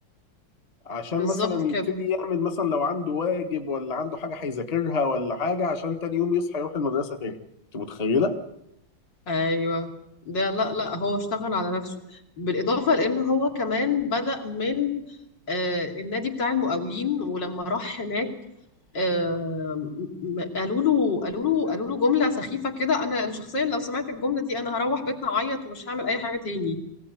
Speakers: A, on the left; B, on the left.
A: عشان
B: بالظبط
A: مثلا
B: كده
A: يبتدي يعمل مثلا لو عنده واجب ولا عنده حاجه هيذاكرها ولا حاجه عشان تاني يوم يصحى يروح المدرسه تاني انت متخيله؟
B: ايوه ده لا لا هو اشتغل على نفسه بالاضافه لان هو كمان بدأ من آه، النادي بتاع المقاولين ولما راح هناك آه، م- قالوا له قالوا له قالوا له جمله سخيفه كده انا شخصيا لو سمعت الجمله دي انا هروح بيتنا اعيط ومش هعمل اي حاجه تاني